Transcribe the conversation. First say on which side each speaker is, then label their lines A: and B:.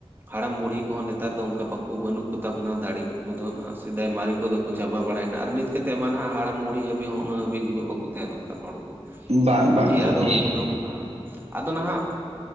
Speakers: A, on the right; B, on the right.
A: ᱦᱟᱲᱟᱢ ᱵᱩᱲᱦᱤ ᱠᱚᱦᱚᱸ ᱱᱮᱛᱟᱨ ᱫᱚ ᱚᱱᱠᱟ ᱵᱟᱠᱚ ᱵᱟᱹᱱᱩᱜ ᱠᱚᱛᱟ ᱵᱚᱱᱟ ᱫᱟᱲᱮ ᱠᱚᱫᱚ ᱱᱟᱦᱟᱜ, ᱥᱮᱫᱟᱭ ᱢᱟᱨᱮ ᱠᱚᱫᱚ ᱠᱚ ᱪᱟᱵᱟ ᱵᱟᱲᱱᱟ ᱾ ᱟᱨ ᱱᱤᱛ ᱠᱟᱜ ᱢᱟ ᱱᱟᱦᱟᱜ ᱦᱟᱲᱟᱢ ᱵᱩᱲᱦᱤ ᱦᱟᱹᱵᱤᱡ ᱦᱚᱸ ᱩᱱᱟᱹᱜ ᱦᱟᱹᱵᱤᱡ ᱡᱤᱣᱮᱫ ᱵᱟᱠᱚ ᱛᱟᱦᱮᱱᱚᱜ ᱠᱟᱱ ᱦᱚᱲ ᱠᱚ᱾
B: ᱵᱟᱝ ᱵᱟᱝ
A: ᱪᱮᱫ
B: ᱵᱟᱝ
A: ᱟᱫᱚ ᱩᱱᱠᱩ ᱫᱚᱢ ᱦᱮ ᱟᱫᱚ ᱱᱟᱦᱟᱜ